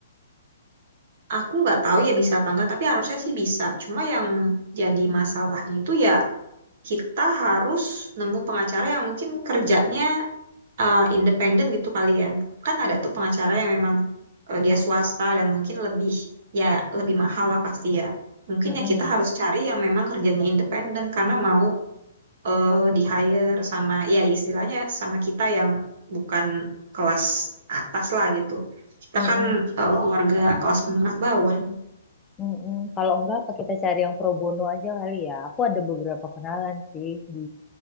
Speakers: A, on the right; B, on the left.
A: Aku nggak tahu ya bisa apa nggak, tapi harusnya sih bisa. Cuma yang jadi masalahnya itu ya kita harus nemu pengacara yang mungkin kerjanya eh, independen gitu kali ya. Kan ada tuh pengacara yang memang eh, dia swasta dan mungkin lebih ya lebih mahal lah pasti ya. Mungkin
B: Mm-mm.
A: ya kita harus cari yang memang kerjanya independen karena mau eh, di hire sama ya istilahnya sama kita yang bukan kelas atas lah gitu. Kita
B: Mm-mm.
A: kan eh, warga kelas menengah bawah.
B: Mm-mm. Kalau enggak, apa kita cari yang pro bono aja kali ya. Aku ada beberapa kenalan sih di